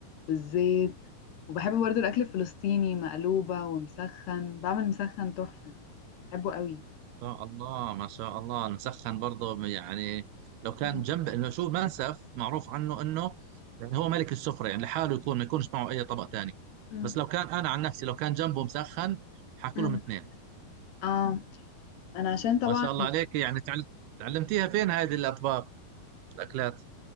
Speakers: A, on the left; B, on the right.
A: والزيت وبحب برضو الاكل الفلسطيني مقلوبه ومسخن بعمل مسخن تحفه بحبه قوي
B: شاء الله ما شاء الله مسخن برضه يعني لو كان
A: مم.
B: جنب انه شو منسف معروف عنه انه يعني هو ملك السفره يعني لحاله يكون ما يكونش معه اي طبق ثاني
A: مم.
B: بس لو كان انا عن نفسي لو كان جنبه مسخن حاكلهم
A: مم.
B: اثنين
A: اه انا عشان طبعا
B: ما شاء الله عليك يعني تعل... تعلمتيها فين هذه الاطباق الاكلات